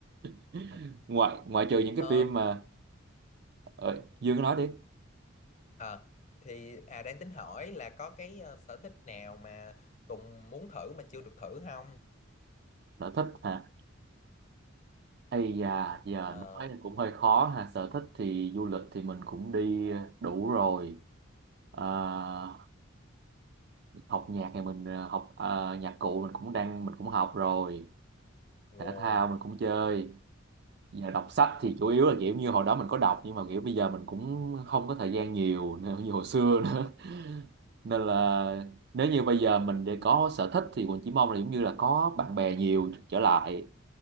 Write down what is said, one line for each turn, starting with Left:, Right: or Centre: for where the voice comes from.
Right: <laughs>
Left: Ừ.
Right: ngoại ngoại trừ những cái
Left: Ờ,
Right: phim mà ờ, Dương nói đi
Left: à, thì à đang tính hỏi là có cái ờ, sở thích nào mà Tùng muốn thử mà chưa được thử không?
Right: sở thích hả ây da giờ
Left: Ờ,
Right: nói thì cũng hơi khó ha sở thích thì du lịch thì mình cũng đi ờ, đủ rồi Ờ, học nhạc thì mình ờ, học ờ, nhạc cụ mình cũng đang mình cũng học rồi
Left: wow,
Right: thể thao mình cũng chơi Giờ đọc sách thì chủ yếu là kiểu như hồi đó mình có đọc nhưng mà kiểu bây giờ mình cũng không có thời gian nhiều nữa, như hồi xưa nữa <laughs> nên là nếu như bây giờ mình để có sở thích thì mình chỉ mong là giống như là có bạn bè nhiều trở lại